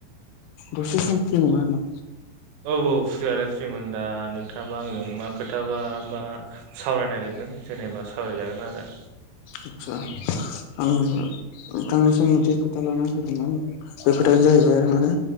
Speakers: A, on the left (about 80°); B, on the right (about 85°).
A: दसे सम फ्रि नामा होनदों
B: औ औ फ्रियालाय फ्रिमोन दा नोंथाङाबा आंजों मा खोथाबा मा सावरायनो नागिरदों जेनेबा सावरायजागोन आरो
A: आदसा आं नोंथांनिसिम मोनसे खोथा लानानै फैदोंमोन बे खोथायानो जाहैबाय माने